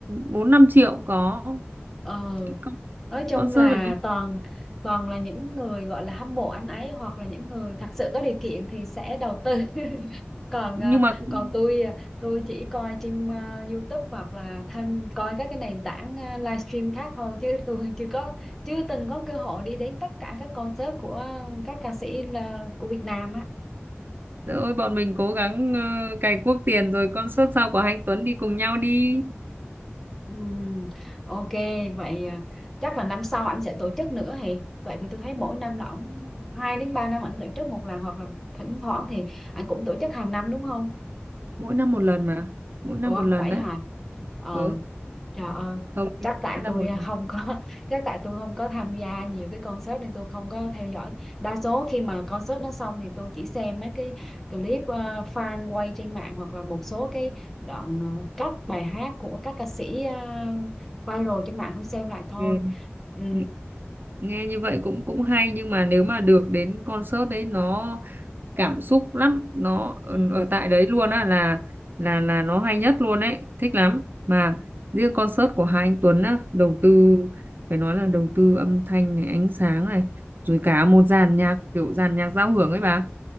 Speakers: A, on the right; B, in the centre.
A: 4 5 triệu có
B: Ờ,
A: cái con-
B: nói chung
A: concert
B: là
A: rồi đi
B: toàn toàn là những người gọi là hâm mộ anh ấy hoặc là những người thật sự có điều kiện thì sẽ đầu tư. <laughs> Còn
A: nhưng
B: à,
A: mà cũng-
B: còn tôi ờ, tôi chỉ coi trên à, YouTube hoặc là tham coi các cái nền tảng à, livestream khác thôi chứ tôi chưa có chưa từng có cơ hội đi đến tất cả các concert của các ca sĩ là, của Việt Nam á.
A: trời ơi bọn mình cố gắng ờ, cày cuốc tiền rồi concert sau của Hà Anh Tuấn đi cùng nhau đi
B: Ừm, ok vậy à, chắc là năm sau anh sẽ tổ chức nữa hì vậy vì tôi thấy mỗi năm là ông hai đến ba năm anh tổ chức một lần hoặc là thỉnh thoảng thì anh cũng tổ chức hàng năm đúng không
A: mỗi năm một lần mà mỗi năm
B: Ủa
A: một lần
B: vậy
A: đấy
B: hả? Ờ
A: ừ
B: trời ơi
A: hầu như
B: chắc tại
A: mỗi năm
B: tôi
A: một
B: ờ,
A: lần
B: không có <laughs> chắc tại tôi không có tham gia nhiều cái concert nên tôi không có theo dõi. Đa số khi mà concert nó xong thì tôi chỉ xem mấy cái clip ờ, fan quay trên mạng hoặc là một số cái đoạn ờ, cắt bài hát của các ca sĩ ờ, viral trên mạng tôi xem lại thôi.
A: Ừ.
B: Ừ.
A: nghe nghe như vậy cũng cũng hay nhưng mà nếu mà được đến concert đấy nó cảm xúc lắm nó ở
B: Ừ.
A: ở tại đấy luôn á là là là nó hay nhất luôn đấy thích lắm mà riêng concert của hai anh Tuấn á đầu tư phải nói là đầu tư âm thanh này ánh sáng này rồi cả một dàn nhạc kiểu dàn nhạc giao hưởng ấy bà